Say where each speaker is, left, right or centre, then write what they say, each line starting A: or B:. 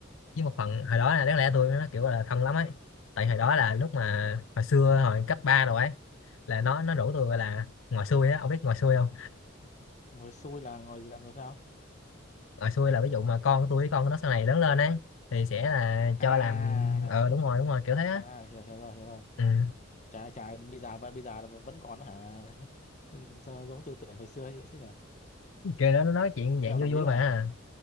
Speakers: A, on the left; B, on the left.
A: với một phần hồi đó là đáng lẽ tôi nó kiểu là thân lắm ấy tại hồi đó là lúc mà hồi xưa hồi cấp 3 rồi ấy là nó nó rủ tôi gọi là ngồi xuôi á ông biết ngồi xuôi không
B: ngồi xui là ngồi gì là ngồi sao
A: ngồi xuôi là ví dụ mà con tôi với con nó sau này lớn lên ấy thì sẽ là
B: à
A: cho
B: à,
A: làm ờ đúng rồi đúng rồi kiểu thế á
B: à, à à, hiểu hiểu rồi hiểu rồi
A: ừ.
B: trái trái bây giờ vẫn bây giờ vẫn còn hả <laughs> Sao giống tư tưởng thời xưa ấy chứ nhỉ
A: kêu nó nói chuyện dạng
B: thì ông
A: vui
B: đồng ý
A: vui
B: luôn
A: mà
B: à